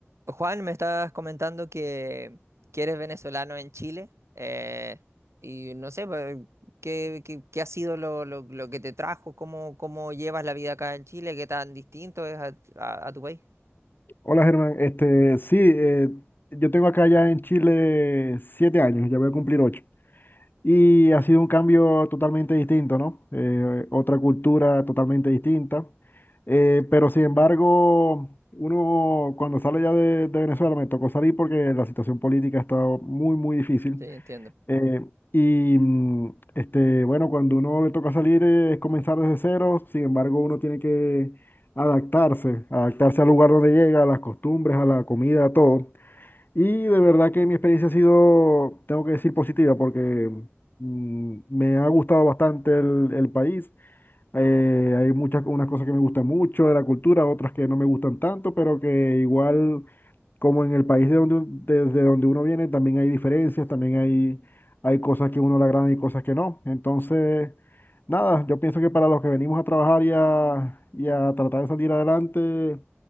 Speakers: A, on the right; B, on the left.
A: Juan, me estás comentando que, que eres venezolano en Chile eh, y no sé, pues, ¿qué, qué- qué ha sido lo, lo- lo que te trajo? ¿Cómo, cómo llevas la vida acá en Chile? ¿Qué tan distinto es a, a- a tu país?
B: Hola Germán, este, sí, eh, yo tengo acá ya en Chile siete años, ya voy a cumplir ocho. Y ha sido un cambio totalmente distinto, ¿no? Eh, otra cultura totalmente distinta. Eh, pero sin embargo, uno cuando sale ya de, de Venezuela, me tocó salir porque la situación política estaba muy, muy difícil.
A: Sí, entiendo.
B: Eh, y mm, este, bueno, cuando uno le toca salir eh, es comenzar desde cero, sin embargo, uno tiene que adaptarse, adaptarse al lugar donde llega, a las costumbres, a la comida, a todo. Y de verdad que mi experiencia ha sido, tengo que decir, positiva porque mm, me ha gustado bastante el, el país. Eh, hay muchas, unas cosas que me gustan mucho de la cultura, otras que no me gustan tanto, pero que igual como en el país de donde, u- desde donde uno viene, también hay diferencias, también hay, hay cosas que uno le agradan y cosas que no. Entonces, nada, yo pienso que para los que venimos a trabajar y a, y a tratar de salir adelante,